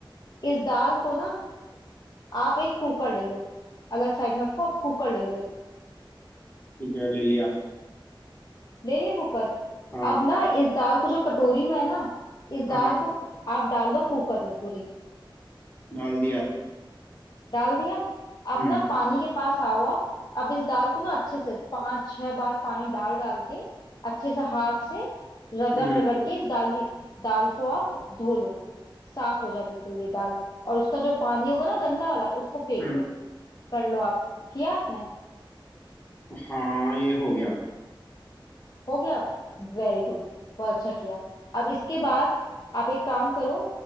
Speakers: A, on the left; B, on the left.
A: इस दाल को ना आप एक कुकर ले लो अलग साइड में रखो आप कुकर ले लो एक
B: ठीक है ले लिया
A: ले लिया कुकर
B: हाँ
A: अब ना इस दाल को जो कटोरी में है ना इस दाल
B: हाँ हाँ
A: को आप डाल दो कुकर में पूरी
B: डाल दिया
A: डाल दिया अब
B: हम्म
A: ना पानी के पास आओ आप अब इस दाल को ना अच्छे से पांच छह बार पानी डाल डाल के अच्छे से हाथ से रगड़
B: हम्म हम्म
A: रगड़ के इस दाल दाल को आप धो लो साफ हो जाए बिल्कुल ये दाल और उसका जो पानी होगा ना गंदा वाला उसको फेंक
B: हम्म,
A: दो कर लो आप किया आपने
B: हाँ ये हो गया
A: हो गया वेरी गुड बहुत अच्छा किया अब इसके बाद आप एक काम करो